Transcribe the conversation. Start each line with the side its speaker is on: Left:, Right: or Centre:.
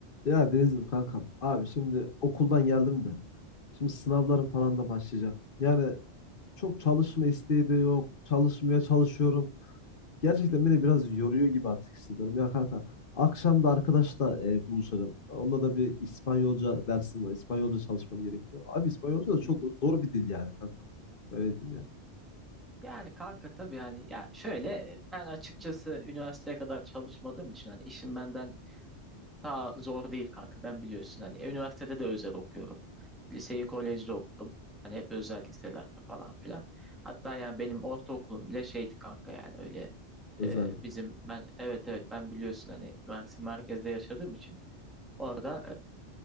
Left: Ya Deniz'im kankam. Abi şimdi okuldan geldim de. Şimdi sınavlarım falan da başlayacak. Yani çok çalışma isteği de yok. Çalışmaya çalışıyorum. Gerçekten
Centre: Hı hı,
Left: beni biraz yoruyor gibi artık hissediyorum. Ya kanka akşam da arkadaşla e, buluşacağım. Onunla da bir İspanyolca dersim var. İspanyolca çalışmam gerekiyor. Abi İspanyolca da çok
Centre: hı hı.
Left: zor bir dil yani kanka. Öyle diyeyim yani.
Centre: Yani kanka tabii yani ya şöyle ben açıkçası üniversiteye kadar çalışmadığım için hani işim benden daha zor değil kanka ben biliyorsun hani üniversitede de özel okuyorum. Liseyi kolejde okudum. Hani hep özel liselerde falan filan. Hatta yani benim ortaokulum bile şeydi kanka yani öyle
Left: Özellikle.
Centre: e, bizim ben evet evet ben biliyorsun hani Mersin merkezde yaşadığım için orada